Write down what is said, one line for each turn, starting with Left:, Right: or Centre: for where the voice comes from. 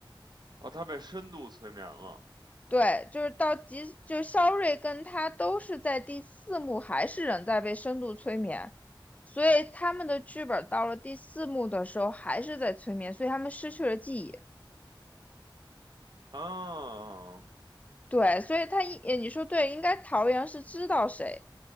Right: 哦，他被深度催眠了。
Left: 对，就是到即，就是肖瑞跟他都是在第四幕还是人在被深度催眠，所以他们的剧本到了第四幕的时候还是在催眠，所以他们失去了记忆。
Right: 啊，
Left: 对，所以他一，呃你说对，应该桃园是知道谁，